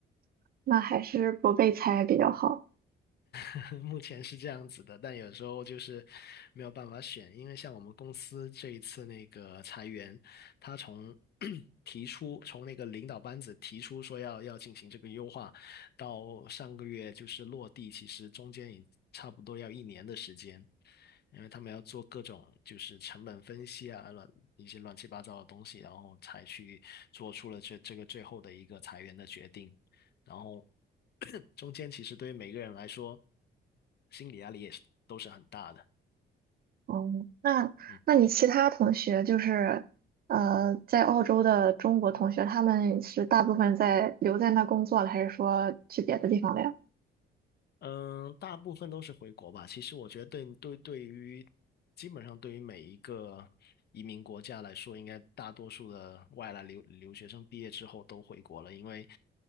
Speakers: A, on the right (about 50°); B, on the left (about 55°).
A: 那还是不被裁比较好。
B: <laughs> 目前是这样子的，但有时候就是没有办法选，因为像我们公司这一次那个裁员，他从 <clears throat> 提出从那个领导班子提出说要要进行这个优化，到上个月就是落地，其实中间也差不多要一年的时间，因为他们要做各种就是成本分析啊，乱一些乱七八糟的东西，然后才去做出了这这个最后的一个裁员的决定。然后 <clears throat> 中间其实对于每个人来说，心理压力也是都是很大的。
A: 哦，那那你其他同学就是呃，
B: 嗯。
A: 在澳洲的中国同学，他们是大部分在留在那工作了，还是说去别的地方了呀？
B: 嗯，大部分都是回国吧。其实我觉得对对对于基本上对于每一个移民国家来说，应该大多数的外来留留学生毕业之后都回国了，因为